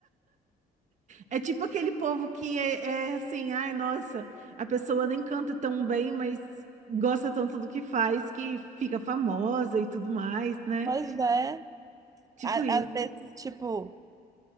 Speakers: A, on the right (about 45°); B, on the right (about 20°).
A: É tipo aquele povo que é, é assim, ai, nossa, a pessoa nem canta tão bem, mas gosta tanto do que faz que fica famosa e tudo mais, né?
B: Pois é,
A: Tipo
B: a-
A: isso.
B: às vezes, tipo,